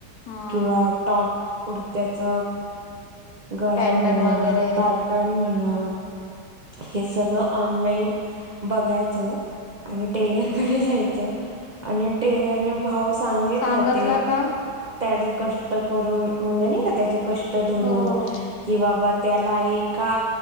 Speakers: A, on the left; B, on the right.
A: हा
B: किंवा टॉप कुडत्याच गळा
A: पॅटर्न
B: म्हणा,
A: वगैरे
B: पॅटर्न म्हणा हे सगळं ऑनलाइन बघायचं आणि टेलर कडे जायचं आणि टेलर ने भाव सा सांगितलं
A: सांगतला
B: ते
A: का
B: त्याच्या कष्ट करून म्हणलं नाइ का त्याचे कष्ट धरून
A: हो
B: कि बात त्याला एका